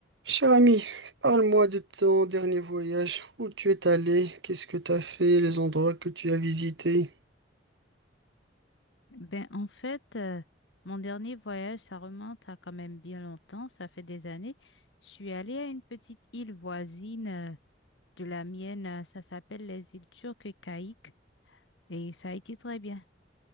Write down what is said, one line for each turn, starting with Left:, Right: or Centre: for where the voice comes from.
Right: Cher ami, parle-moi de ton dernier voyage. Où tu es allé? Qu'est-ce que tu as fait? Les endroits que tu as visités?
Left: Ben, en fait, euh, mon dernier voyage, ça remonte à quand même bien longtemps, ça fait des années. Je suis allée à une petite île voisine, euh, de la mienne, euh, ça s'appelle les îles Turques et Caïques, et ça a été très bien.